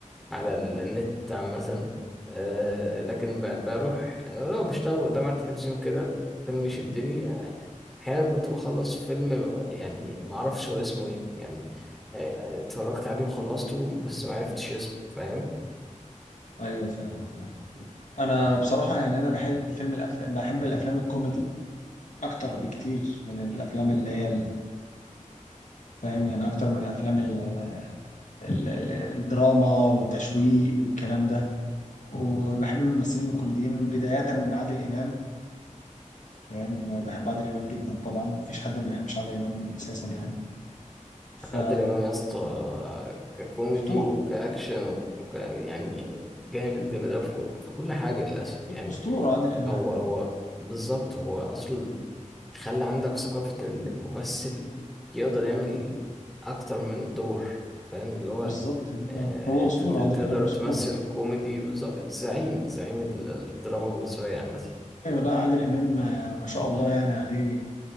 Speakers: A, in the centre; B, on the left.
A: على ال- النت عامة آه، لكن ب- بروح يعني لو بشتغل قدام على التلفزيون كده فيلم يشدني آه، أحيانا كنت بخلص فيلم يعني معرفش هو اسمه إيه يعني آه، اتفرجت عليه وخلصته بس معرفتش اسمه فاهم
B: ايوه فاهم فاهم انا بصراحه يعني انا بحب فيلم الأفلام بحب الافلام الكوميدي اكتر بكتير من الافلام اللي هي ال- فاهم يعني اكتر من الافلام ال- ال- ال- الدراما والتشويق والكلام ده وبحب الممثلين الكوميديين بدايه من عادل امام فاهم بحب عادل امام جدا طبعا مفيش حد ما بيحبش عادل امام اساسا يعني ف
A: عادل إمام يا اسطى آه، ككوميدي
B: اسطوره
A: وكأكشن وك يعني جامد جامد أوي في كل في كل حاجة للأسف يعني
B: اسطوره عادل امام
A: هو هو بالظبط هو أصلا خلى عندك ثقافة إن الممثل يقدر يعمل أكتر من دور فاهم اللي هو
B: بالظبط
A: آه
B: هو
A: أنت
B: اسطوره
A: ت- تقدر
B: عادل امام اسطوره
A: تمثل كوميدي بالظ- زعيم زعيم ال- الدراما المصرية عامة
B: ايوه لا عادل امام آه، ما شاء الله يعني عليه